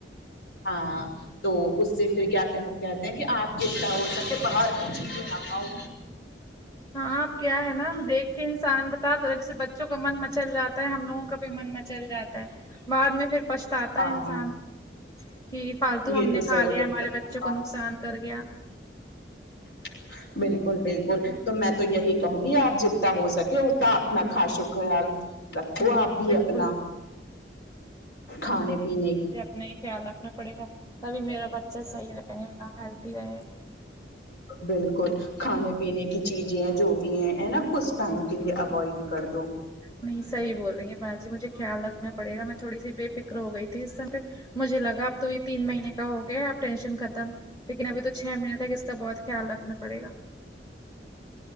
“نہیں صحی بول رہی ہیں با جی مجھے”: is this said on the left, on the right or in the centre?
Left